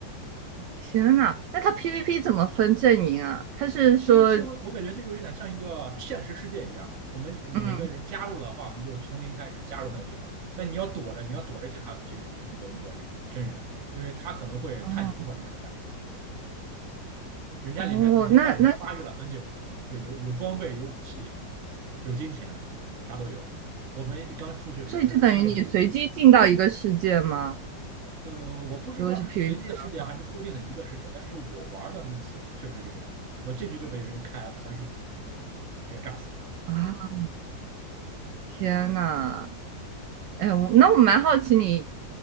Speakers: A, on the right (about 75°); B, on the right (about 50°).
A: 天呐，那它 PVP 怎么分阵营啊？他是说，
B: PVC 我我感觉就有点像一个现实世界一样，我们每个人加入的话，
A: 嗯，
B: 我们就从零开始加入那个地方，但你要躲着，你要躲着其他 PV 那个那个人真人，因为他可能会看你不爽就把你干掉。
A: 哦
B: 人家里面已经在里面发育了很久了，
A: 哦，那那
B: 就有有装备、有武器、有金钱，啥都有。我们刚出去只是啥都没有。
A: 所以就等于你随机进到一个世界吗？
B: 呃，我不知道这是随机的世界还是固定的一个世界，
A: 如果是 PVP 的话，
B: 但是我玩的那次确实是这样，我进去就被人开 F 三十五直接炸死了。
A: 啊，天呐！哎，我那我蛮好奇你，